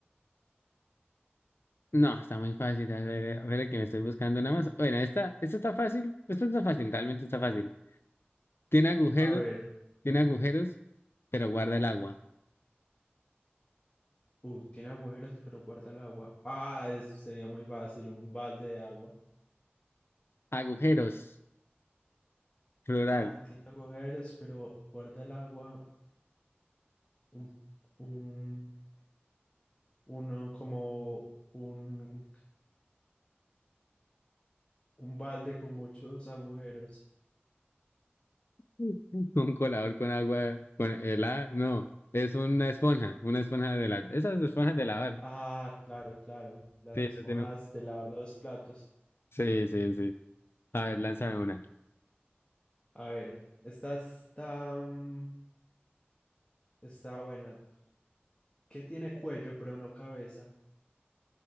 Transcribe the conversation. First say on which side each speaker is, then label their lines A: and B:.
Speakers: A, on the left; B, on the left.
A: No, está muy fácil. A ver, a ver que me estoy buscando nada más. Bueno, esta, esta está fácil. Esta no está fácil, realmente está fácil. Tiene agujeros,
B: A ver,
A: tiene agujeros, pero guarda el agua.
B: uh, tiene agujeros, pero guarda el agua. Ah, es- sería muy fácil, un balde de agua.
A: Agujeros, plural.
B: Ah, tiene agujeros, pero guarda el agua. Un, un, uno como un, un balde con muchos agujeros.
A: <laughs> Un colador con agua, con el A, no. Es una esponja, una esponja de la, esas esponjas de lavar.
B: Ah, claro, claro. Las
A: Sí,
B: esponjas
A: esa tiene-
B: de lavar los platos.
A: Sí, sí, sí. A ver, lánzame una.
B: A ver, esta está, mm, está buena. ¿Qué tiene cuello pero no cabeza?